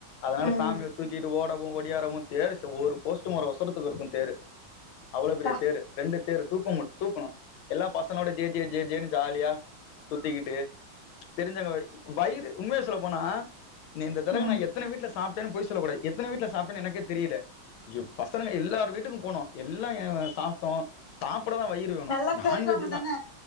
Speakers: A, on the left; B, on the left.
A: அதனால
B: ம்
A: சாமிய தூக்கிட்டு போ வோ ஒடியாரவும் தேரு ஒரு போஸ்ட் மரம் ஓசரத்துக்கு இருக்கும் தேரு அவ்வளோ
B: ப்பா
A: பெரிய தேரு ரெண்டு தேரு தூக்க மு தூக்கணு எல்லா பசங்களோட ஜே ஜே ஜே ஜேன்னு ஜாலியா சுத்திக்கிட்டு தெரிஞ்சங்க வ வயிறு உண்மைய சொல்ல போனா நீ இந்த தடவ
B: ம்
A: நா எத்தன வீட்ல சாப் டனு பொய் சொல்ல கூடாது எத்தன வீட்டுல சாப்புடன்னு எனக்கேத் தெரியல இப் பசங்க எல்லார வீட்டுக்கு போனோ எல்லா சாப்புட்டோ சாப் புட தா வயிறு வேணு
B: நல்லா
A: நான்வெஜ்
B: கறி கொழம்பு
A: தா
B: தான